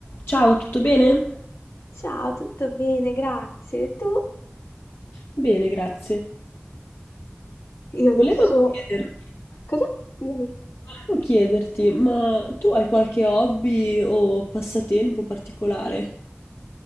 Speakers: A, on the left (about 70°); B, on the left (about 80°).
A: Ciao, tutto bene?
B: Ciao, tutto bene, grazie. E Tu?
A: Bene, grazie.
B: Io
A: Volevo
B: adesso...
A: chiederti,
B: Cosa? Scusami.
A: volevo chiederti, ma tu hai qualche hobby o passatempo particolare?